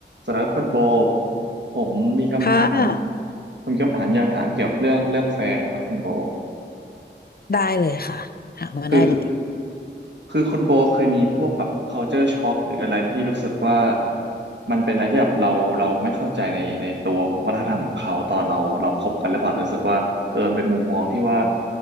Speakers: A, on the right; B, on the left.
A: สำหรับคุณโบผมมีคำถาม
B: ค่ะ
A: มีคำถามอยากถามเกี่ยวกับเรื่องเรื่องแฟนนะครับคุณโบ
B: ได้เลยค่ะหามาได้เลย
A: คือคือคุณโบเคยมีพวกแบบ culture shock หรืออะไรที่รู้สึกว่ามันเป็นอะไรที่แบบเราเราไม่เข้าใจในในตัววัฒนธรรมของเขาตอนเราเราคบกันหรือเปล่าหรือรู้สึกว่าเออมันเป็นมุมมองที่ว่า